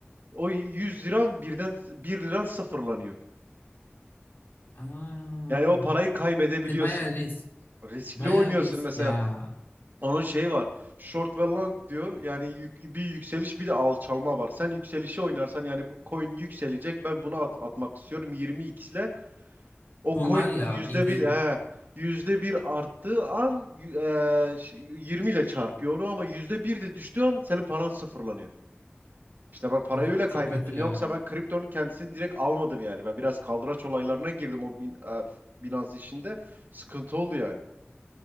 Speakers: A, on the right (about 50°); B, on the left (about 60°).
A: o 100 liran birden bir liran sıfırlanıyor.
B: aa.
A: Yani o parayı kaybedebiliyorsun.
B: Yani bayağı risk.
A: Riskli
B: Bayağı
A: oynuyorsun
B: risk
A: mesela.
B: ya.
A: Onun şeyi var. Short ve long diyor. Yani yük- bir yükseliş bir de alçalma var. Sen yükselişi oynarsan yani bu coin yükselecek. Ben bunu at- atmak istiyorum 20x ile. O
B: Kumar
A: coin
B: ya
A: yüzde
B: bildiğin.
A: bir, he, yüzde bir arttığı an y- e, ş- 20 ile çarpıyor onu ama yüzde bir de düştüğü an senin paran sıfırlanıyor. İşte ben parayı
B: Aa,
A: öyle kaybettim.
B: çok kötü ya.
A: Yoksa ben kriptonun kendisini direkt almadım yani. Ben biraz kaldıraç olaylarına girdim o bin, e, Binance işinde. Sıkıntı oldu yani.